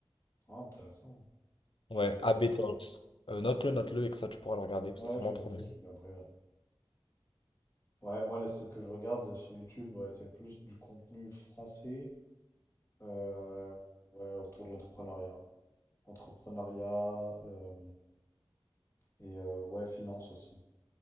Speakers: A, on the left; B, on the left.
A: Ah, intéressant. Je
B: Ouais,
A: regarderai.
B: AB Talks. Euh, note-le, note-le et que ça tu pourras le regarder parce
A: Ouais,
B: que c'est
A: j'ai
B: vraiment
A: noté,
B: trop bien.
A: je regarderai. Ouais, Ouais, moi, là, ce que je regarde euh, sur YouTube, ouais, c'est plus du contenu français, euh, ouais, autour de l'entrepreneuriat. Entrepreneuriat euh, et euh, ouais, finance aussi.